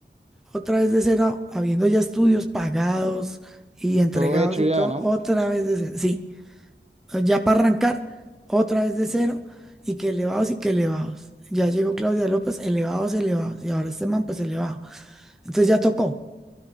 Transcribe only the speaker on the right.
Todo hecho
ya,
¿no?